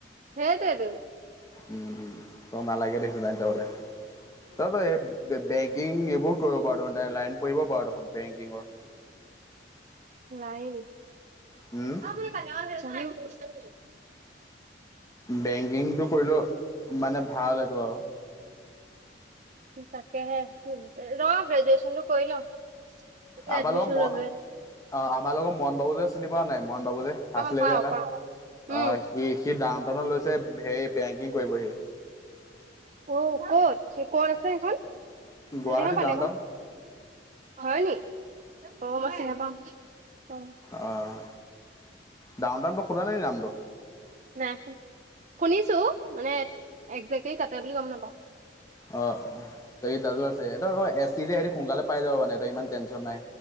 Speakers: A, on the right; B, on the left.
A: সেইটোৱে টো।
B: উম ত নালাগে দে ত বলে তই তই সদায় বেংকিং এইবোৰ কৰিব পাৰ দেখোন ত লাইন পঢ়িব পাৰো দেখোন বেংকিঙৰ।
A: লাইন-
B: হওম,
A: <unintelligible>
B: বেংকিংটো কৰিলেও মানে ভাল এইটো আৰু-
A: তাকেহে ৰ গ্ৰেজুৱেশ্যনটো কৰি লওঁ, তেতিয়া
B: আমাৰ
A: এডমিশন
B: লগত ম
A: ললোৱে
B: অ আমাৰ লগত মণ বাবু যে চিনি পোৱা নাই মণ বাবু যে-
A: অ
B: আছিলে
A: পাওঁ
B: যে এটা
A: পাওঁ
B: অ
A: উম
B: সি সি ডাউন টাউনত লৈছে হেৰি বেংকিং কৰিবহি।
A: অ ক'ত কত আছে সেইখন
B: গুৱাহাটী
A: দেহা পানী
B: দামডন
A: আকৌ হয় নি অ মই চিনি নাপাও অ
B: অঁ ডাউন দাউনটো কোল নে নি নামটো।
A: নাই শুনিছো মানে একজেক্টলি কাটে বুলি গম নাপাওঁ।
B: অ ত আছে এছ সতি সোনকালে পাই যাব মানেই ইমান টেনশ্যন নাই।